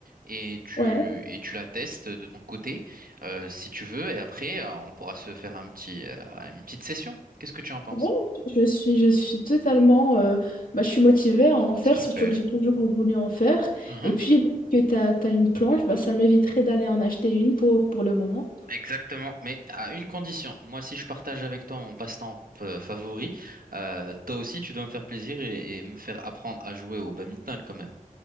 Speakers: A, on the right (about 85°); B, on the left (about 75°).
A: Et tu,
B: ouais.
A: et tu la testes de ton côté, euh, si tu veux, et après, euh, on pourra se faire un petit, euh, une petite session. Qu'est-ce que tu en penses?
B: Ouais, je suis, je suis totalement. euh, bah, je suis motivée à en faire,
A: Super.
B: surtout que j'ai toujours voulu en faire.
A: Mhm,
B: Et puis, le fait que tu as, une planche, bah, ça m'éviterait d'aller en acheter une pour, pour le moment.
A: exactement, mais à une condition. Moi, si je partage avec toi mon passe-temps euh, favori, euh, toi aussi, tu dois me faire plaisir et, et me faire apprendre à jouer au badminton quand même.